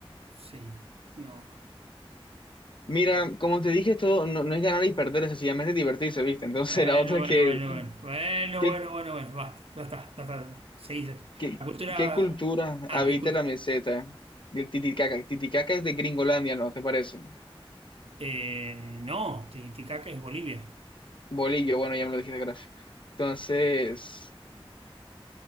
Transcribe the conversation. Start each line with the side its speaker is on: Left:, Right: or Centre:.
Right: Sí, no.
Left: Mira, como te dije, esto no, no es ganar y perder, es sencillamente divertirse, ¿viste? Entonces
Right: Bueno,
Left: la otra
Right: bueno,
Left: es que,
Right: bueno, bueno. Bueno,
Left: ¿qué
Right: bueno, bueno, bueno. Basta, ya está, ya está, ya está. Seguís.
Left: ¿Qué,
Right: La cultura.
Left: qué cultura
Right: Ah,
Left: habita
Right: ¿qué cultura?
Left: la meseta del Titicaca? Titicaca es de Gringolandia, ¿no? ¿Te parece?
Right: Eh, no, Titicaca es Bolivia.
Left: Bolillo, bueno, ya me lo dijiste, gracias. Entonces,